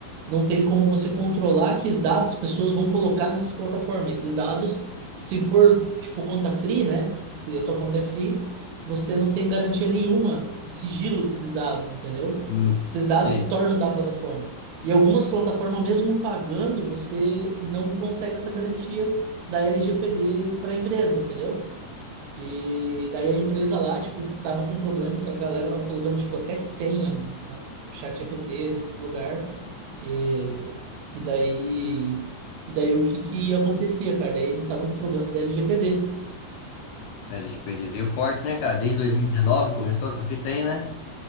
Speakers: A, on the right (about 85°); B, on the left (about 75°).
A: não tem como você controlar que os dados as pessoas vão colocar nessas plataformas. Esses dados, se for, tipo, conta free, né? Se a tua conta é free, você não tem garantia nenhuma de sigilo desses dados, entendeu?
B: Hum,
A: Esses dados
B: sei.
A: se tornam da plataforma. E algumas plataformas, mesmo pagando, você não consegue essa garantia da LGPD para a empresa, entendeu? E daí a empresa lá, tipo, tava com um problema que a galera tava colocando, tipo, até senha, mano, no chat GPT, nesses lugares. E, e daí, e daí o que que acontecia, cara? Daí eles estavam com problema da LGPD.
B: A LGPD veio forte, né, cara? Desde 2019 começou essa fita aí, né?